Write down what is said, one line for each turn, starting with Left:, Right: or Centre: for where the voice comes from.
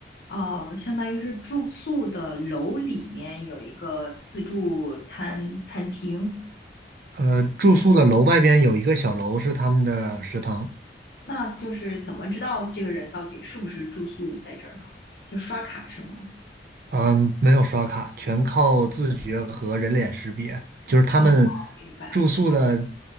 Left: 哦，相当于是住宿的楼里面有一个自助餐餐厅，
Right: 呃，住宿的楼外边有一个小楼是他们的食堂，
Left: 那就是怎么知道这个人到底是不是住宿在这儿呢？就刷卡是吗？
Right: 嗯，没有刷卡，全靠自觉和人脸识别。就是他们
Left: 哦，明白，
Right: 住宿的，